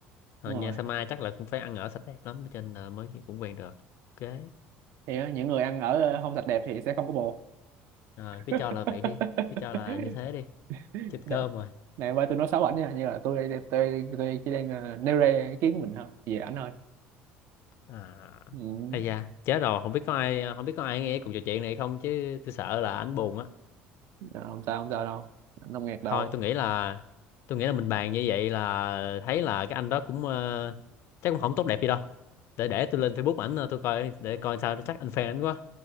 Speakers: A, on the left (about 60°); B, on the right (about 65°).
A: Ờ,
B: đúng
A: nhà
B: rồi
A: Sama chắc là cũng phải ăn ở sạch đẹp lắm cho nên là mới cũng quen được ok
B: thì á, những người ăn ở ờ, không sạch đẹp thì sẽ không có bồ
A: Ờ, cứ
B: <laughs>
A: cho là vậy đi cứ cho là như thế đi chết
B: này
A: cơm rồi
B: này ơi tôi nói xấu ảnh nha như là tôi đây tôi, tôi chỉ đang ờ, nêu ra ý kiến của mình thôi về ảnh thôi
A: à
B: ừ.
A: ây da chết rồi không biết có ai ờ, không biết có ai nghe cuộc trò chuyện này không chứ tôi sợ là ảnh buồn á
B: ờ, không sao không sao đâu không ngạc đâu
A: thôi tôi nghĩ là tôi nghĩ là mình bàn như vậy là thấy là cái anh đó cũng ờ, chắc cũng không tốt đẹp gì đâu để để tôi lên Facebook ảnh ờ, tôi coi để coi sao chắc anh fan ảnh quá